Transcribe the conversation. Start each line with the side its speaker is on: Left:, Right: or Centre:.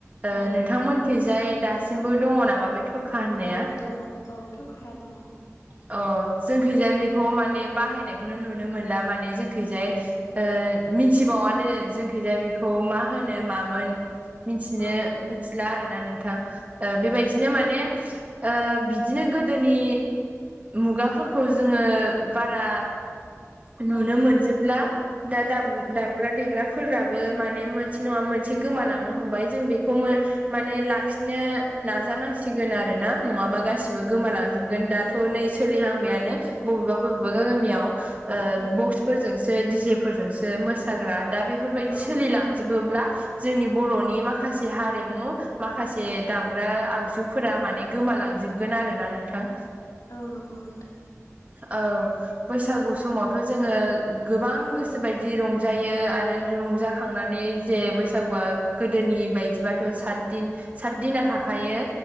Right: ओ
Left: औ
Right: नोंथांमोनखैजाय दासिमबो दङ नामा बे थरखा होननाया
Left: औ दङ औ थरखाया दङ।
Right: अ जोंखैजाय बेखौ माने बाहायनायखौनो नुनो मोनला माने जोंखैजाय। मिथिबावानो जोंखैजाया बेखौ मा होनो मामोन? मिथिनो
Left: औ
Right: मिथिला आरो ना नोंथां बेबायदिनो
Left: औ
Right: माने ओ बिदिनो गोदोनि मुगाफोरखौ जोङो बारा नुनो
Left: औ
Right: मोनजोबला दाम दाम दग्रा देग्राफोराबो माने मोनसे नङा मोनसे गोमालांनो हमबाय जों बेखौ माने लाखिनो नाजानांसिगोन आरो ना नङाबा गासिबो गोमालांजोबगोन दाथ थ' नै सोलिहांबायानो बबेबा बबेबा गामियाव
Left: औ
Right: बख्स फोरजोंसो दिजे फोरजोंसो मोसाग्रा दा बेफोरबायदि
Left: औ
Right: सोलिलांजोबोब्ला जोंनि बर'नि माखासे हारिमु माखासे दामग्रा आगजुफोरा माने गोमालांजोबगोन आरो ना नोंथां।
Left: औ नंगौ नोंथां।
Right: औ बैसागु समावथ' जोङो गोबां गोसो बायदि रंजायो आरो रंजा खांनानै जे बैसागुआ गोदोनि बायदिबाथ' सदिन सातदिना थाखायो।